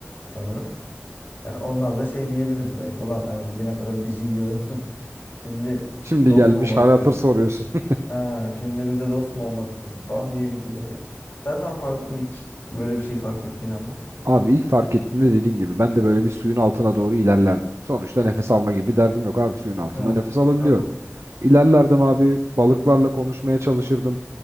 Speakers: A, on the left; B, on the right.
A: sanırım. Yani onlar da şey diyebilirdi belki. Ulan hani bugüne kadar bizi yiyordun. <laughs> Şimdi
B: Şimdi
A: dost
B: gelmiş
A: mu olmak
B: hal
A: istiyorsun?
B: hatır soruyorsun. <laughs>
A: Ha, şimdi bizle dost mu olmak istiyorsun falan diyebilirler ya. Sen ne yapardın ilk böyle bir şey fark ettiğin anda?
B: Abi ilk fark ettiğimde dediğin gibi ben de böyle bir suyun altına doğru ilerlerdim. Sonuçta nefes alma gibi bir derdim yok abi suyun altında
A: Ha,
B: nefes alabiliyorum.
A: tabii.
B: İlerlerdim abi balıklarla konuşmaya çalışırdım.